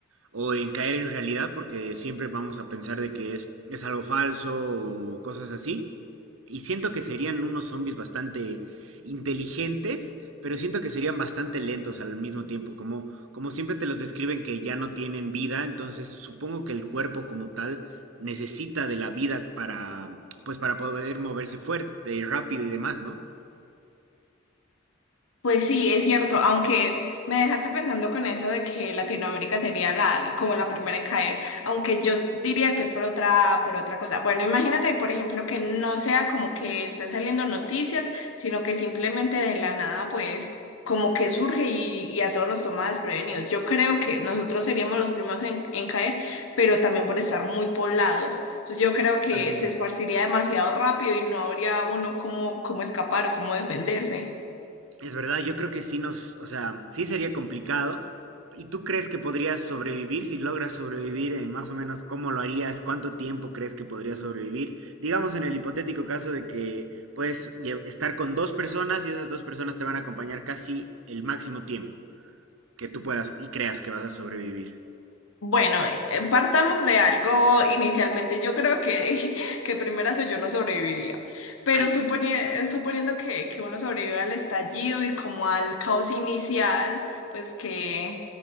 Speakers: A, on the right (about 80°); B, on the left (about 85°).
A: o en caer en realidad, porque siempre vamos a pensar de que es, es algo falso o cosas así. Y siento que serían unos zombies bastante inteligentes, pero siento que serían bastante lentos al mismo tiempo, como, como siempre te los describen que ya no tienen vida, entonces supongo que el cuerpo como tal necesita de la vida para, pues para poder moverse fuerte, rápido y demás, ¿no?
B: Pues sí, es cierto, aunque me dejaste pensando con eso de que Latinoamérica sería la, como la primera en caer, aunque yo diría que es por otra, por otra cosa. Bueno, imagínate, por ejemplo, que no sea como que estén saliendo noticias, sino que simplemente de la nada, pues, como que surge y, y a todos nos toma desprevenidos. Yo creo que nosotros seríamos los primeros en, en caer, pero también por estar muy poblados. Entonces yo creo que
A: También.
B: se esparciría demasiado rápido y no habría uno como, como escapar o cómo defenderse.
A: Es verdad, yo creo que sí nos, o sea, sí sería complicado. ¿Y tú crees que podrías sobrevivir? Si logras sobrevivir, eh, más o menos, ¿cómo lo harías? ¿Cuánto tiempo crees que podrías sobrevivir? Digamos en el hipotético caso de que puedes lle- estar con dos personas y esas dos personas te van a acompañar casi el máximo tiempo que tú puedas y creas que vas a sobrevivir.
B: Bueno, eh, partamos de algo inicialmente. Yo creo que, <laughs> que primero yo no sobreviviría, pero
A: Ay,
B: suponi- suponiendo que, que uno sobrevive al estallido y como al caos inicial, pues que,